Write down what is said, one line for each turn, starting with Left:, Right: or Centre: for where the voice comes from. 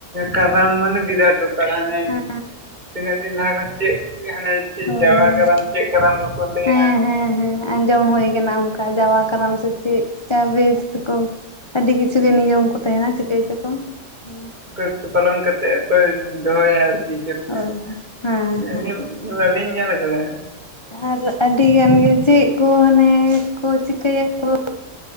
Right: ᱠᱟᱨᱟᱢ ᱢᱟᱱᱮ ᱵᱤᱨᱟᱴ ᱵᱮᱯᱟᱨ ᱦᱟᱱᱮ
Left: ᱦᱮᱸ
Right: ᱛᱤᱱᱟᱹᱜ ᱫᱤᱱ ᱞᱟᱦᱟ ᱠᱷᱚᱡ ᱪᱮᱫ ᱦᱟᱱᱮ ᱪᱮᱫ
Left: ᱦᱳᱭ
Right: ᱡᱟᱣᱟ
Left: ᱦᱳᱭ
Right: ᱠᱟᱨᱟᱢ ᱪᱮᱫ ᱠᱟᱨᱟᱢ ᱠᱚᱠᱚ ᱞᱟᱹᱭᱟ᱾
Left: ᱦᱮᱸ ᱦᱮᱸ ᱟᱸᱡᱚᱢ ᱦᱩᱭ ᱠᱟᱱᱟ ᱚᱱᱠᱟ ᱡᱟᱣᱟ ᱠᱟᱨᱟᱢ ᱥᱮ ᱪᱮᱫ ᱠᱟᱱ ᱵᱮᱥ ᱛᱮᱠᱚ ᱟᱹᱰᱤ ᱠᱤᱪᱷᱩ
Right: ᱦᱮᱸ
Left: ᱜᱮ ᱱᱤᱭᱚᱢ ᱠᱚ ᱛᱟᱦᱮᱱᱟ ᱪᱤᱠᱟᱹᱭ ᱪᱚᱠᱚ, ᱦᱮᱸ᱾
Right: ᱛᱚ ᱯᱟᱞᱚᱱ ᱠᱟᱛᱮᱫ ᱠᱚ ᱫᱚᱦᱚᱭᱟ ᱟᱨᱠᱤ ᱪᱮᱫ ᱞᱮᱠᱟ?
Left: ᱦᱳᱭ ᱦᱮᱸ
Right: <unintelligible> ᱵᱟᱞᱤᱧ ᱧᱮᱞ ᱠᱟᱫᱟ᱾
Left: ᱟᱨ ᱟᱹᱰᱤ ᱜᱟᱱ ᱜᱮ ᱪᱮᱫ ᱠᱚ ᱦᱟᱱᱮ ᱠᱚ ᱪᱤᱠᱟᱹᱭᱟᱠᱚ